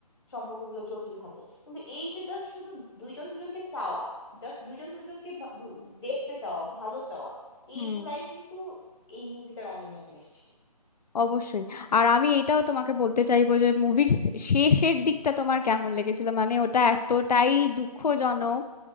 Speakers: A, on the left (about 45°); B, on the left (about 80°).
A: সম্পর্কগুলো জটিল থাকে কিন্তু এই যে জাস্ট শুধু দুইজন দুজনকে চাওয়া জাস্ট দুইজন দুজনকে ভা- দু- দেখতে চাওয়া ভালো চাওয়া
B: হুম
A: এইগুলাই কিন্তু এই মুভিটার অন্যান্য জিনিস ছিল
B: অবশ্যই আর আমি এটাও তোমাকে বলতে চাইবো যে মুভির শেষের দিকটা তোমার কেমন লেগেছিল মানে ওটা এতটাই দুঃখজনক